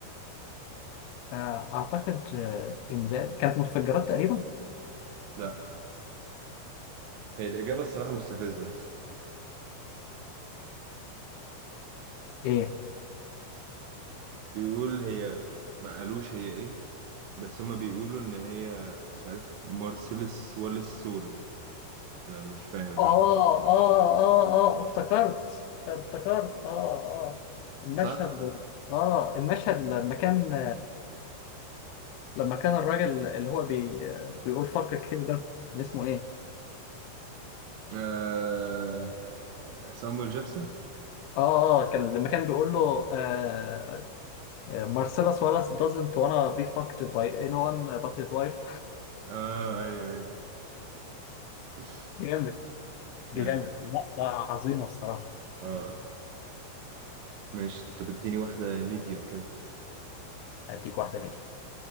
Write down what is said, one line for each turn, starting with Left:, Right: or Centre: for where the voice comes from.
Left: آه اعتقد آه ان ده كانت متفجرات تقريبا
Right: لا هي الإجابة الصراحة مستفزة
Left: ايه
Right: بيقول هي ما قالوش هي ايه بس هما بيقولوا ان هي مش عارف مارسيلس واليس سول انا مش فاهم
Left: اه
Right: قوي
Left: اه اه اه آه، افتكرت افتكرت اه اه المشهد
Right: صح
Left: اه المشهد لما كان لما كان الراجل اللي هو بي بيقول فكر كتير ده كان اسمه ايه؟
Right: آه... سامويل جاكسون
Left: اه اه آه، كان لما كان بيقول له آه مارسيلوس ولاس doesn't wanna be fucked by anyone but his wife
Right: اه ايوه ايوه <laughs>
Left: <laughs> جامد جامد
Right: جامد
Left: لا لا عظيمة الصراحة
Right: اه ماشي طب اديني واحدة ميديوم كده
Left: اديك واحدة ميديا